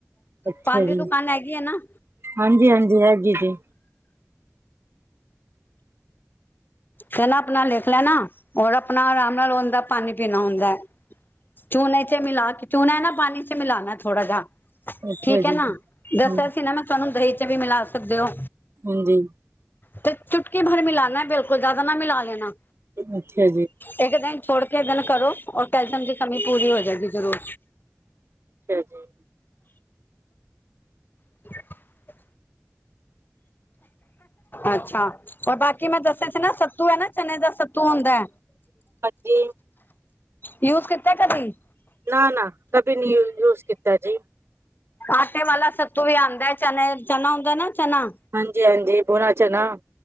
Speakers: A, on the right (about 50°); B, on the left (about 40°).
A: ਅੱਛਾ
B: ਪਾਨ ਦੀ
A: ਜੀ।
B: ਦੁਕਾਨ ਹੈਗੀ ਹੈ ਨਾ
A: ਹਾਂਜੀ-ਹਾਂਜੀ ਹੈਗੀ ਜੀ।
B: ਤੇ ਨਾ ਆਪਨਾ ਲਿੱਖ ਲੈਨਾ ਔਰ ਆਪਨਾ ਆਰਾਮ ਨਾਲ ਓਂਦਾ ਪਾਨੀ ਪੀਨਾ ਹੁੰਦੈ। ਚੂਨੇ 'ਚ ਮਿਲਾ ਕੇ ਚੂਨਾ ਐ ਨਾ ਪਾਨੀ 'ਚ ਮਿਲਾਨੈ ਥੋੜਾ ਜਾ
A: ਅੱਛਾ
B: ਠੀਕ ਐ
A: ਜੀ,
B: ਨਾ। ਦੱਸਿਆ
A: ਹੂੰ,
B: ਸੀ ਨਾ ਮੈਂ ਤੁਆਨੂੰ ਦਹੀਂ 'ਚ ਵੀ ਮਿਲਾ ਸਕਦੇ ਓ।
A: ਹਾਂਜੀ।
B: ਤੇ ਚੁਟਕੀ ਭਰ ਮਿਲਾਨੈ। ਬਿਲਕੁਲ ਜਾਦਾ ਨਾ ਮਿਲਾ ਲੈਨਾ।
A: ਅੱਛਾ ਜੀ।
B: ਏੱਕ ਦਿਨ ਛੋੜ ਕੇ ਏੱਕ ਦਿਨ ਕਰੋ ਔਰ ਕੈਲਸ਼ੀਅਮ ਦੀ ਕਮੀ ਪੂਰੀ ਹੋ ਜੇਗੀ, ਜਰੂਰ।
A: ਅੱਛਾ ਜੀ।
B: <unintelligible> ਅੱਛਾ। ਹੋਰ ਬਾਕੀ ਮੈਂ ਦੱਸਿਐ ਸੀ ਨਾ ਸੱਤੂ ਐ ਨਾ ਚਨੇ ਦਾ ਸੱਤੂ ਹੁੰਦੈ
A: ਹਾਂਜੀ,
B: ਯੂਜ਼ ਕੀਤੈ ਕਦੀ?
A: ਨਾ-ਨਾ ਕਦੀ ਨੀ ਯੂ ਯੂਜ਼ ਕੀਤਾ ਜੀ।
B: ਆਟੇ ਵਾਲਾ ਸਤੂ ਵੀ ਆਂਦੈ ਚਨੇ, ਚਨਾ ਹੁੰਦੈ ਨਾ ਚਨਾ
A: ਹਾਂਜੀ-ਹਾਂਜੀ ਭੂਨਾ ਚਨਾ।